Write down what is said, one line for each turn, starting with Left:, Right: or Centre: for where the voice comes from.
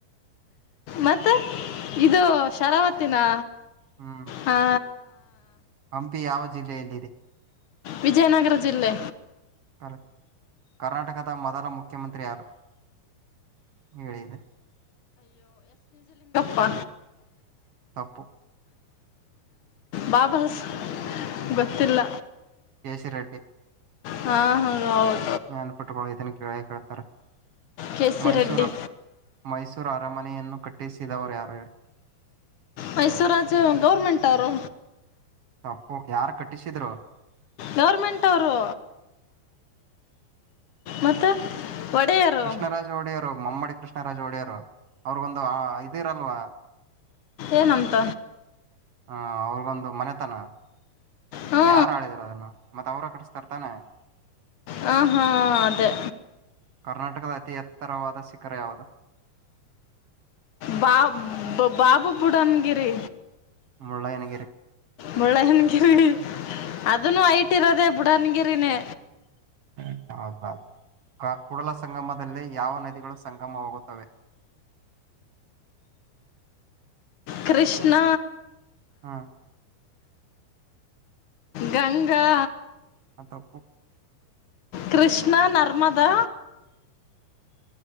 Left: ಮತ್ತೆ ಇದು ಶರಾವತಿ ನಾ
Right: ಹ್ಮ್
Left: ಹಾ
Right: ಹಂಪಿ ಯಾವ ಜಿಲ್ಲೆಯಲ್ಲಿದೆ
Left: ವಿಜಯನಗರ ಜಿಲ್ಲೆ
Right: <unintelligible> ಕರ್ನಾಟಕದ ಮೊದಲ ಮುಖ್ಯಮಂತ್ರಿ ಯಾರು ಹೇಳಿದ್ದೆ
Left: ಪ
Right: ತಪ್ಪು
Left: ಬಾಬಸ್ ಗೊತ್ತಿಲ್ಲ
Right: ಕೆ ಸಿ ರೆಡ್ಡಿ
Left: ಹಾ ಹ್ಮ <unintelligible>
Right: ನೆನ್ಪಿಟ್ಕೊಳ್ಳ ಇದನ್ನ ಕೇಳ ಕೇಳ್ತಾರೆ
Left: ಕೆ ಸಿ
Right: ಮೈಸೂರ
Left: ರೆಡ್ಡಿ
Right: ಮೈಸೂರ ಅರಮನೆಯನ್ನು ಕಟ್ಟಿಸಿದವರು ಯಾರು
Left: ಮೈಸೂರಾಜ್ ಗೌರ್ಮೆಂಟ್ ಅವರು
Right: ತಪ್ಪು ಯಾರ್ ಕಟ್ಟಿಸಿದ್ರು
Left: ಗೌರ್ಮೆಂಟ್ ಅವರು ಮತ್ತು ಒಡೆಯರು
Right: ಕೃಷ್ಣರಾಜ್ ಒಡೆಯರು ಮಮ್ಮಡಿ ಕೃಷ್ಣರಾಜ್ ಒಡೆಯರು ಅವ್ರಗೊಂದು ಇದಿರಲ್ವಾ
Left: ಏನಂತ
Right: ಹಾ ಅವ್ರಿಗೊಂದು ಮನೆತನ
Left: ಹ್ಞೂ
Right: ಯಾರ ಆಳಿದ್ರ ಅದನ್ನ ಮತ್ ಅವ್ರ ಕಟ್ಟಿಸ್ತರೇಥಾನೆ
Left: ಹಾಂ ಹಾಂ ಅದೇ
Right: ಕರ್ನಾಟಕ ಅತೀ ಎತ್ತ ತ್ತರವಾದ ಶಿಖರ ಯಾವುದು
Left: ಬಾ ಬಾಬು ಬುಡ್ನಗಿರಿ
Right: ಮುಳ್ಳಯ್ಯನ ಗಿರಿ
Left: ಬುಳ್ಳನಗಿರಿಿ ಅದನು ಐಟ್ ಇರೋದೆೇ ಬುಡನಗಿರಿನೇ
Right: ಹ್ಮ ಹೌ ಬ ಆ ಕೂಡಲ ಸಂಗಮದಲ್ಲೇ ಯಾವ ನದಿಗಳು ಸಂಗಮವಾಗುತ್ತವೆ ಹಾ
Left: ಕೃಷ್ಣ
Right: ಹಾ
Left: ಗಂಗಾ
Right: ಅದ್ ತಪ್ಪು
Left: ಕೃಷ್ಣ ನರ್ಮದಾ